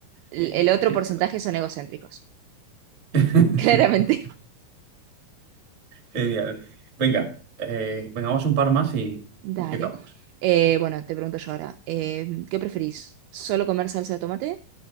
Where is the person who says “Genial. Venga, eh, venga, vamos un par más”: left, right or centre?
Right